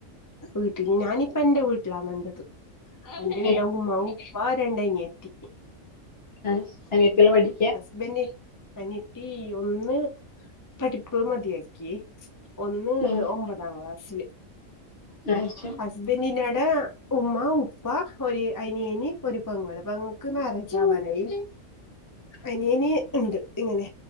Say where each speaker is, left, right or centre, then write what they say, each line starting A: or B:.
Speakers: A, on the left; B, on the left.
A: വീട്ടില് ഞാനിപ്പ എന്റെ വീട്ടിലാണുണ്ടത്. എഎൻ്റെ
B: ഉം
A: ടെ ഉമ്മാവും വാ രണ്ടനിയത്തി
B: ആഹ അനിയതില്ല പടി
A: ഹസ്ബൻ്റ് അനത്തി ഒന്ന് പഠിപ്പ് മതിയാക്കി. ഒന്ന്
B: ഉം
A: ഒമ്പതാം ക്ളാസില്
B: നഹ് അ
A: ഹസ്ബൻ്റിനടാ ഉമ്മ ഉപ്പ ഒരു അനിയന് ഒരു പെങ്ങള് പെങ്ങ ക്ക് മാരേജ് ആവാനായി.
B: <unintelligible>
A: അനിയന് ഇണ്ട്. ഇങ്ങനെ